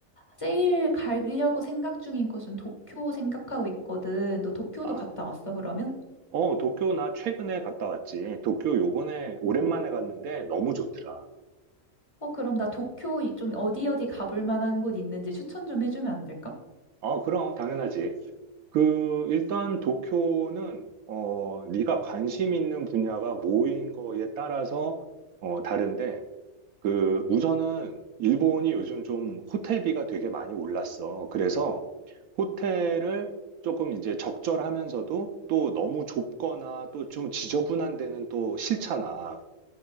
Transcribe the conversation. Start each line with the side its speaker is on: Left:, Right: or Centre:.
Left: 제일 가려고 생각 중인 곳은 도쿄 생각하고 있거든. 너 도쿄도
Right: 아,
Left: 갔다 왔어, 그러면?
Right: 어, 도쿄 나 최근에 갔다 왔지. 도쿄 요번에 오랜만에 갔는데 너무 좋더라.
Left: 어, 그럼 나 도쿄 이- 좀 어디 어디 가볼 만한 곳 있는지 추천 좀 해주면 안 될까?
Right: 아, 그럼 당연하지. 그 일단 도쿄는 어, 네가 관심 있는 분야가 뭐인 거에 따라서 어, 다른데 그 우선은 일본이 요즘 좀 호텔비가 되게 많이 올랐어. 그래서 호텔을 조금 이제 적절하면서도 또 너무 좁거나 또 좀 지저분한 데는 또 싫잖아.